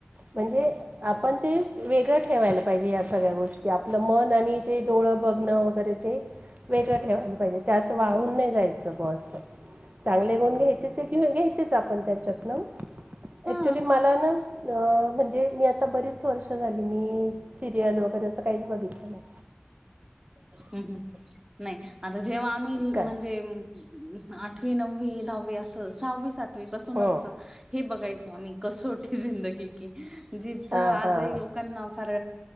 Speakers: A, on the right; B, on the right.
A: म्हणजे, आपण ते वेगळं ठेवायला पाहिजे या सगळ्या गोष्टी. आपलं मन आणि ते डोळं बघणं वगैरे ते, वेगळं ठेवायला पाहिजे, त्यात वाहून नाही जायचं बा बस. चांगले गुण घ्यायचे ते, घ घ्यायचेच आपण तेच्यात नं.
B: हा
A: ऍक्च्युली मला ना अ म्हणजे मी आता बरीच वर्ष झाली मी सिरियल वगैरे असं काहीच बघितलं नाही.
B: हम्म हम्म. नाही आता जेव्हा आम्ही म्हणजे.
A: काय
B: आठवी नववी दहावी असं, सहावी सातवी पासूनच.
A: हां
B: हे बघायचो आम्ही कसोटी जिंदगी की, जिच
A: हां
B: आजही
A: हां
B: लोकांना. फार